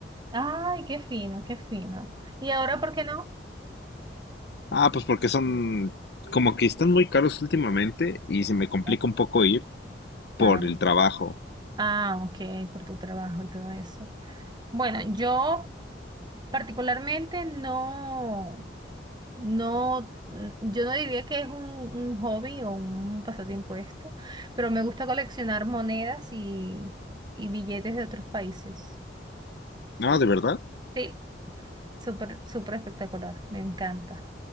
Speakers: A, on the right; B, on the left.
A: Ay, qué fino, qué fino. ¿Y ahora por qué no?
B: Ah, pues porque son como que están muy caros últimamente y se me complica
A: Eh,
B: un poco ir por
A: Ah,
B: el trabajo.
A: ah, ok, por tu trabajo y todo eso. Bueno, yo particularmente no, no, n- yo no diría que es un, un hobby o un pasatiempo esto, pero me gusta coleccionar monedas y, y billetes de otros países.
B: Ah, ¿de verdad?
A: Sí, súper, súper espectacular, me encanta.